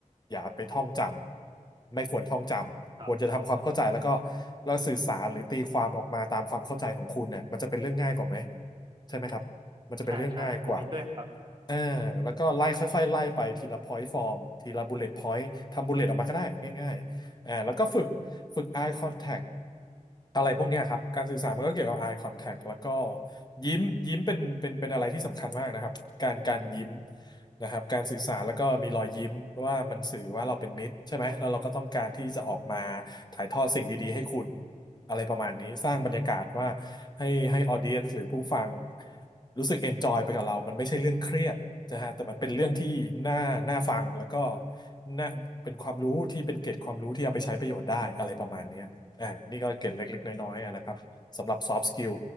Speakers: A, on the left; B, on the right.
A: อย่าไปท่องจำไม่ควรท่องจำควรจะทำความเข้าใจแล้วก็
B: ครับ
A: แล้วสื่อสารหรือตีความออกมาตามความเข้าใจของคุณเนี่ยมันจะเป็นเรื่องง่ายกว่าไหมใช่ไหมครับมันจะเป็นเรื่องง่ายกว่า
B: ใช่ใช่ผมเห็นด้วยครับ
A: อ่าแล้วก็ไล่ค่อยๆไล่ไปทีละ point form ทีละ bullet point ทำ bullet ออกมาก็ได้ง่ายๆอ่าแล้วก็ฝึกฝึก eye contact อะไรพวกเนี้ยครับการสื่อสารมันก็เกี่ยวกับ eye contact แล้วก็ยิ้มยิ้มเป็นเป็นเป็นอะไรที่สำคัญมากนะครับการการยิ้มนะครับการสื่อสารแล้วก็มีรอยยิ้มว่ามันสื่อว่าเราเป็นมิตรใช่ไหมแล้วเราก็ต้องการที่จะออกมาถ่ายทอดสิ่งดีๆให้คุณ อะไรประมาณนี้สร้างบรรยากาศว่าให้ให้ออเดียนหรือผู้ฟังรู้สึกเอนจอยไปกับเรา มันไม่ใช่เรื่องเครียดนะฮะแต่มันเป็นเรื่องที่น่าน่าฟังแล้วก็น่าเป็นความรู้ที่เป็นเกร็ดความรู้ที่เอาไปใช้ประโยชน์ได้อะไรประมาณเนี้ยอ่านี่ก็เกร็ดเล็กๆน้อยๆอะนะครับสำหรับซอฟต์สกิล